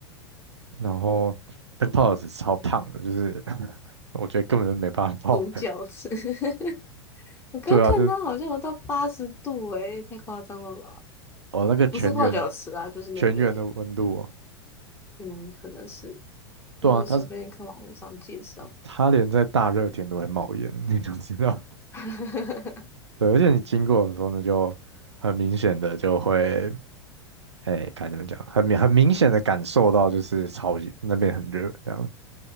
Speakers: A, on the right; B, on the left.
A: 然后那个泡脚池超烫的，
B: 嗯
A: 就是 <laughs> 我觉得根本就没办法泡，
B: 独角池，<laughs>
A: <laughs>
B: 我刚看它好像有到八十度，
A: 对啊，就是
B: 诶，太夸张了吧？
A: 哦那个全员
B: 不是泡脚池啊，就是那个，
A: 全员的温度哦，
B: 嗯，可能是，
A: 对啊，
B: 我是随便看网络上介绍。
A: 它是它连在大热天都会冒烟，那种知道。
B: <laughs>
A: 对，而且你经过的时候呢，就很明显的就会，哎，该怎么讲，很明很明显的感受到就是超级那边很热这样，